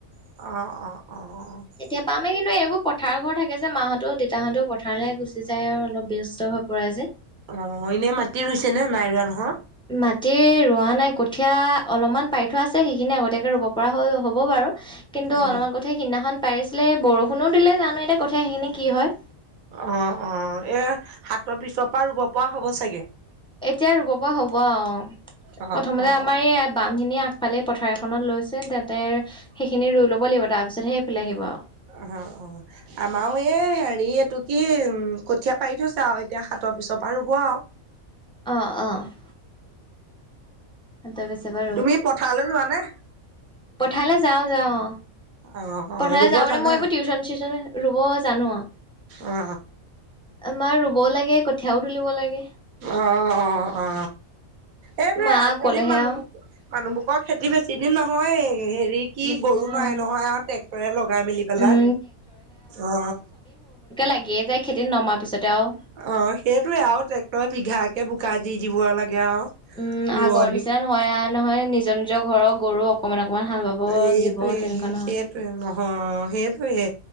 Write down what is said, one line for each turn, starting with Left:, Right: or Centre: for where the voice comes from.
Right: অঁহ', -অহ', -অহ', -অহ', -।
Centre: এতিয়া পামেই কিন্তু এইবোৰ পথাৰ ঘৰ থাকে যে, মাহঁতৰ, দেতাহঁতেও পথাৰলৈ গুচি যায় আৰু অলপ ব্যস্ত হৈ পৰে যে।
Right: অহ', - এনেই মাটি ৰুইছে নে নাই ৰোৱা নহয়?
Centre: মাটি ৰোৱা নাই। কঠিয়া অলপমান পাৰি থোৱা আছে সেইখিনি আগতীয়াকে ৰুব পৰা হৈ হ'ব বাৰু। কিন্তু অলপমান
Right: অ
Centre: কঠিয়া সিদিনাখন পাৰিছিলে, বৰষুণো দিলে জানো এতিয়া কঠিয়াখিনি কি হয়।
Right: অঁহ', - অঁহ',। এয়া সাতৰ পিছৰ পৰা ৰুব পৰা হ'ব চাগে।
Centre: এতিয়া ৰুব পৰা হ'ব আও।
Right: অ
Centre: প্ৰথমতে আমাৰ
Right: অ
Centre: এই বামখিনি আ- ইফালে পথাৰ এখনত লৈছে, তা'তে সেইখিনি ৰুই ল'ব লাগিব তাৰপিছত'হে এইফালে আহিব আৰু।
Right: আহা অঁ', -। আমাৰো এই হেৰি এইটো কি উম' কঠীয়া পাৰি থৈছে আৰু এতিয়া সাতৰ পিছৰ পৰা ৰুব আৰু।
Centre: অহ', -অহ', -। তাৰপিছৰ পৰা
Right: তুমি পথাৰলৈ যোবা নে?
Centre: পঠালে যাওঁ যাওঁ অ
Right: অ অ
Centre: পথাৰলে
Right: ৰুব
Centre: যাওঁ মানে
Right: জানে
Centre: মই এইবোৰ টিউচন চিউচন ৰুব জানো আৰু
Right: অ
Centre: আমাৰ ৰুবও লাগে কঠীয়াও তুলিব লাগে
Right: অ অ অ এইটোয়ে
Centre: মা
Right: আজিকালি
Centre: অকলেহে
Right: মানুহবোৰ
Centre: আৰু
Right: মানুহবোৰকৰ খেতি বেছি দিন নহয়য়ে হেৰি কি
Centre: বেছি
Right: গৰু নাই
Centre: অ'।
Right: নহয় আৰু ট্ৰেক্টৰে লগাই মেলি পেলাই
Centre: উম
Right: অ
Centre: লাগীয়ে যায় খেতিত নমাৰ পিছতে আৰু
Right: অ সেইটোয়ে আৰু ট্ৰেক্টৰ বিঘাকে বোকা দি দিব লাগে আৰু
Centre: উম আগৰ
Right: ৰোৱনী
Centre: নিচিনা নহয়া নহয় নিজৰ নিজৰ ঘৰৰ গৰু অকমান অকনমান হাল বাব
Right: এইটোৱে
Centre: দিব তেনেকুৱা নহয়
Right: সেইটোৱে নহয় সেইটোৱে